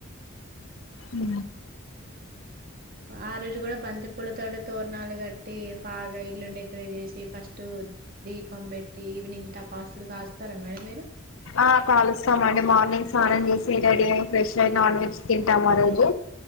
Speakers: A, on the left; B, on the right.
A: ఉ
B: ఆ రోజు కూడా బంతి పూలతోట తోరనాలు కట్ బాగా ఇల్లు డెకరేట్ చేసి ఫస్ట్ దీపం పెట్టి ఈవినింగ్ టపాసులు కాల్స్తా రా మేడం మీరు
A: ఆ కాలుస్తామండి మార్నింగ్ స్నానం చేసి రెడీ అయి ఫ్రెష్ అయ్య నాన్ వెజ్ తింటాం ఆ రోజు